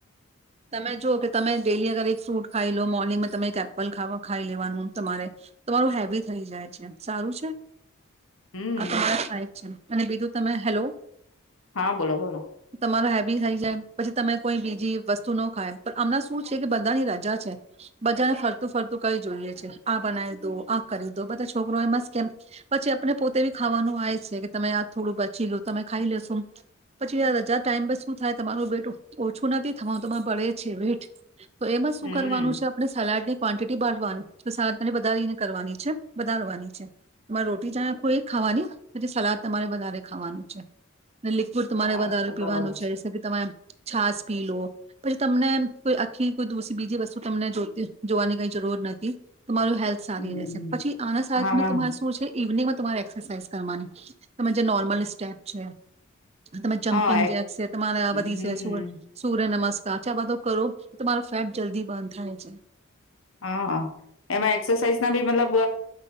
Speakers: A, on the right; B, on the left.
A: તમે જો કે તમે ડેલી અગર એક ફ્રૂટ ખાઈ લો મોર્નિંગમાં તમે એક એપલ ખ ખાઈ લેવાનું તમારે તમારું હેવી થઈ જાય છે સારું છે
B: હમ
A: આ તમારા સાહેબ છે. અને બીજું તમે હેલો
B: હા બોલો બોલો
A: તમારો હેબી થઈ જાય પછી તમે કોઈ બીજી વસ્તુ ખાય આમણાં શું છે કે બધાની રજા છે બધાને ફરતું ફરતું કઈ જોઈએ છે આ બનાવી દો આ કરી દો બધા છોકરો એ મસ્ત કેમ પછી આપને પોતે બી ખાવાનું આ છે કે તમે આ થોડું બચી ગયું તમે ખાઈ લેશો પછી રજા ટાઈમ પર શું થાય તમારું બેટું ઓછું નથી થવાનું તોમાં બડે છે વેટ તો એમાં શું
B: હમ
A: કરવાનું છે આપણે સલાડી ક્વોન્ટિટી બાળવાની સદ તને વધારેને કરવાની છે વધારવાની છે તમારે રોટી જ કોઈ ખાવાની પછી સલાદ તમારે વધારે ખાવાનું છે. લિક્વિડ તમારે
B: હા
A: વધારે
B: એ તો
A: પીવાનું
B: બરાબર
A: છે જેસે કે તમાર છાછ પી લો પછી તમને કોઈ આખી કોઈ દૂષ બીજી વસ્તુ તમને જોતી જોવાની કઈ જરૂર નથી તમારું હેલ્થ સારી
B: હમ
A: ર રહેસે, પછી આના સ
B: હા
A: તમારે શું છે ઇવનિંગ તમારે એક્સરસાઝ કરવાની તમે જે નોર્મલ સ્ટેપ છે તમે જમ્પિંગ
B: હા એક
A: જેક છે તમારે આ
B: હમ
A: બી છે સૂર્ય નમસ્ બ કાચા બધ કરો તમારો ફેટ જલ્દી બર્ન થાય છે
B: હા એમાં એક્સરસાઇઝ ના બી મતલબ